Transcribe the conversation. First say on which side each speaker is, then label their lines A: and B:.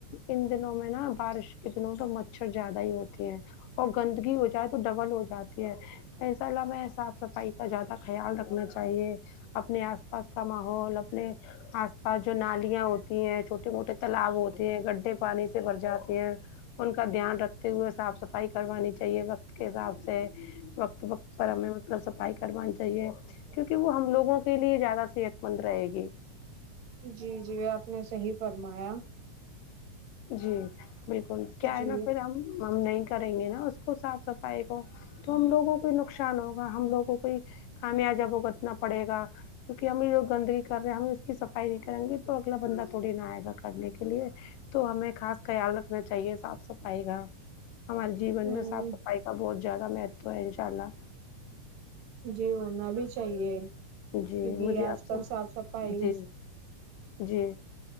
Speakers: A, on the left; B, on the right.
A: ان دنوں میں نا بارش کے دنوں میں تو مچھر زیادہ ہی ہوتے ہیں اور گندگی ہو جائے تو ڈبل ہو جاتی ہے ایسا لمحہ صاف صفائی کا زیادہ خیال رکھنا چاہیے چاہیے اپنے آس پاس کا ماحول اپنے آس پاس جو نالیاں ہوتی ہیں چھوٹے موٹے تالاب ہوتے ہیں گڈھے پانی سے بھر جاتے ہیں ان کا دھیان رکھتے ہوئے صاف صفائی کروانی چاہیے وقت کے حساب سے وقت وقت پر ہمیں مطلب صفائی کروانی چاہیے کیونکہ وہ ہم لوگوں کے لیے زیادہ صحت مند رہے گی
B: جی جی آپ نے صحیح فرمایا
A: جی بالکل کیا
B: جی
A: ہے نا پھر ہم ہم نہیں کریں گے نا اس کو صاف صفائی کو تو ہم لوگوں کو نقصان ہوگا ہم لوگوں کوئی خامیازا بگتنا پڑے گا کیونکہ ہم ہی لوگ گندگی کر رہے ہیں ہم اس کی صفائی نہیں کریں گے تو اگلا بندہ تھڑی نہ آئے گا کرنے کے لیے تو ہمیں خاص خیال رکھنا چاہیے صاف صفائی کا ہمارے جیون
B: ہ
A: میں صاف صفائی کا بہت زیادہ مہتو ہے ان شاء اللہ
B: جی ہونا بھی چاہیے
A: جی
B: کیونکہ
A: مجھے
B: آج
A: آپ سے
B: کل صاف صفائی
A: جی جی